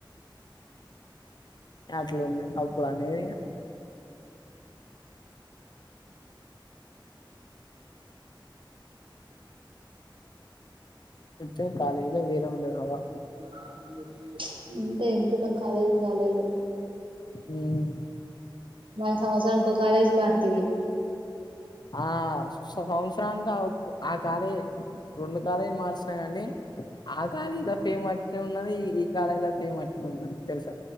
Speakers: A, on the left (about 55°); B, on the right (about 75°).
A: అట్లు ఉంది అప్పుడు అనేదిగా ఇచ్చే కాలలా వేర ఉండదవా
B: ప్చ్ ఇంతే ఎంతున్నా కాలేజ్ కాలేజే
A: హ్మ్
B: బా సంవత్సరానికి ఒక కాలేజ్ మారుత్తివి
A: ఆ సంవత్సరానికి కా ఆ కాలే రెండు కాలే మార్చి కాని ఆ కాలేలో ఫేమ్ అట్నే ఉన్నది ఈ కాలే లో ఫేమ్ అట్నే ఉన్నది తెలుసా